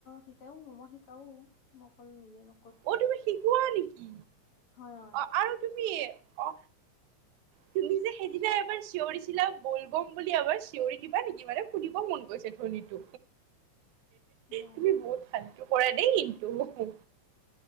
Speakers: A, on the left; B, on the right.
A: শিকাও মই শিকাও মই অকলো নিজে ন।
B: অ তুমি শিকোৱা নেকি
A: হয় হয়
B: অ আৰু তুমি অ। তুমি যে সেইদিনা এবাৰ চিঞৰি চিলা বল বম বুলি এবাৰ চিঞৰি দিবা নেকি মানে শুনিব মন। কৈছে ধনীটো।
A: নাই
B: তুমি
A: নাই
B: বহুত ফালটো কৰা দেই কিন্তু।